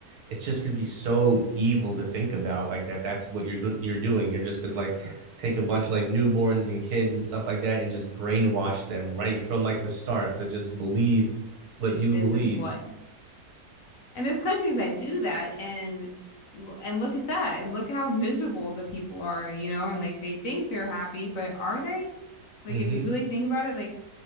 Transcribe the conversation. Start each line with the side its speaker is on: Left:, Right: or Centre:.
Right: it's just gonna be so evil to think about like that that's what you're good you're doing you're just gonna like take a bunch of like newborns and kids and stuff like that and just brainwash them right from like the start to just believe what you
Left: This
Right: believe
Left: is what. And there's countries that do that and and look at that and look how miserable the people are, you know, and like they think they're happy, but are they? Like
Right: mm-hmm
Left: if you really think about it, like